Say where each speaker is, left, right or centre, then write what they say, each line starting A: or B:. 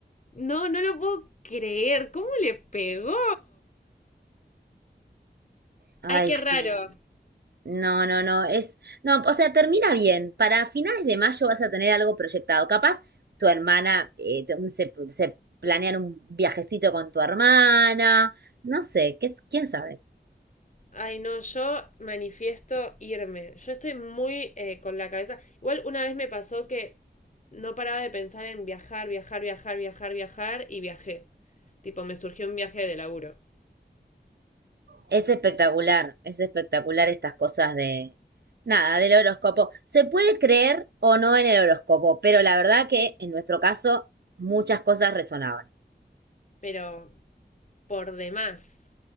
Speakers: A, on the left; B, on the right.
A: No, no lo puedo creer. ¿Cómo le pegó?
B: Ay,
A: Ay, qué
B: sí.
A: raro.
B: No, no, no. Es. No, o sea, termina bien. Para finales de mayo vas a tener algo proyectado. Capaz tu hermana eh, te- se, se planean un viajecito con tu hermana. No sé, ¿qué, es- quién sabe.
A: Ay, no, yo manifiesto irme. Yo estoy muy eh, con la cabeza. Igual una vez me pasó que no paraba de pensar en viajar, viajar, viajar, viajar, viajar y viajé. Tipo, me surgió un viaje de laburo.
B: Es espectacular, es espectacular estas cosas de. Nada, del horóscopo. Se puede creer o no en el horóscopo, pero la verdad que en nuestro caso muchas cosas resonaban.
A: Pero por demás.